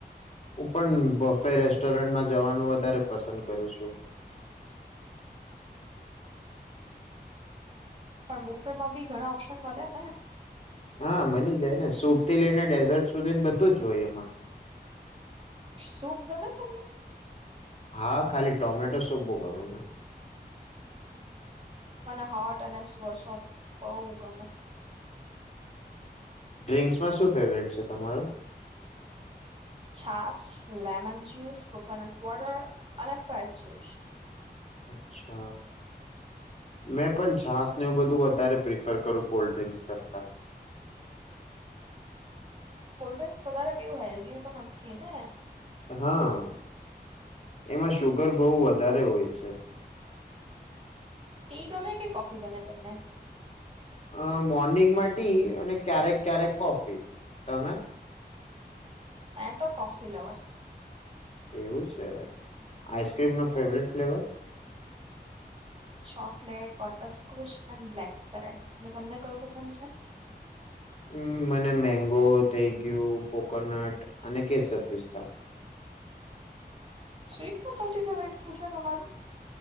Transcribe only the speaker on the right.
પણ બુફે માં ઘણા ઓપ્શન મળ્યા ને
શુંપ ગમે તમને?
મને હાર્ટ અને <unintelligible> શોપ બહુ ગમે.
છાસ લેમન જ્યુસ કોકોનટ વોટર અને ફ્રેશ જ્યુસ.
કોલ્ડ્રિંક્સ વધારે પીવું હેલ્ધી નથી ને.
ટી ગમે કે કોફી ગમે તમને?
મે તો કોફી લવર.
ચોકલેટ બટરસ્કોચ એ બ્લેક કેરટ અને તમને કયું પસંદ છે?
સ્વીટ સૌથી ફેવરેટ શું છે તમારું?